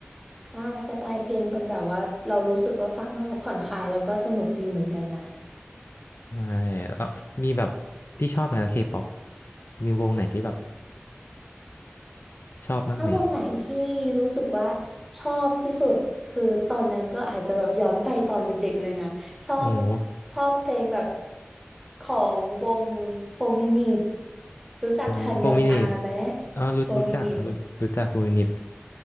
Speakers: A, in the centre; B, on the left.
A: อ่าสไตล์เพลงเป็นแบบว่าเรารู้สึกว่าฟังแล้วผ่อนคลายแล้วก็สนุกดีเหมือนกันนะ
B: ใช่แล้วมีแบบที่ชอบไหมเคป๊อปมีวงไหนที่แบบชอบบ้างไหม
A: ถ้าวงไหนที่รู้สึกว่าชอบที่สุดคือตอนนั้นก็อาจจะแบบย้อนไปตอนเป็นเด็กเลยนะชอบ
B: โอ้โห
A: ชอบเพลงแบบของวงโฟร์มินิทรู้จักฮันยอนอาไหม
B: โอ้โฟร์มินิตอ๋อรู้รู้จักครับรู้จักโฟร์มินิต
A: โฟร์มินิท